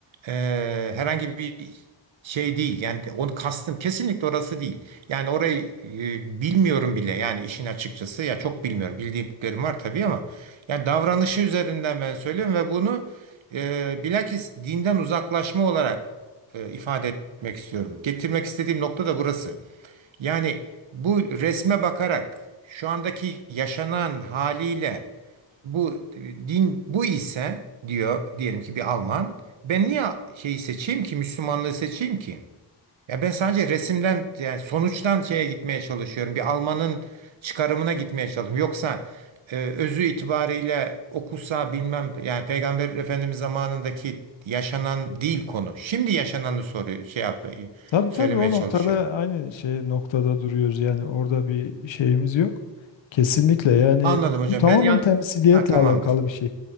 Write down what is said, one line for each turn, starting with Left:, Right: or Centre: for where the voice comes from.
Right: e, herhangi bir şey değil. Yani onu kastım kesinlikle orası değil. Yani orayı e, bilmiyorum bile. Yani işin açıkçası ya çok bilmiyorum. Bildiğim var tabii ama yani davranışı üzerinden ben söylüyorum ve bunu e, bilakis dinden uzaklaşma olarak e, ifade etmek istiyorum. Getirmek istediğim nokta da burası. Yani bu resme bakarak şu andaki yaşanan haliyle bu din bu ise diyor diyelim ki bir Alman ben niye şeyi seçeyim ki Müslümanlığı seçeyim ki? Ya ben sadece resimden yani sonuçtan şeye gitmeye çalışıyorum. Bir Alman'ın çıkarımına gitmeye çalışıyorum. Yoksa e, özü itibariyle okusa bilmem yani Peygamber Efendimiz zamanındaki yaşanan değil konu. Şimdi yaşananı soruyor şey yap
Left: Tabii
Right: söylemeye
Left: tabii o
Right: çalışıyorum.
Left: noktada aynı şey noktada duruyoruz yani orada bir şeyimiz yok. Kesinlikle yani
Right: Anladım hocam.
Left: bu tamamen
Right: Ben yan...
Left: temsiliyetle
Right: Ha, tamamdır.
Left: alakalı bir şey.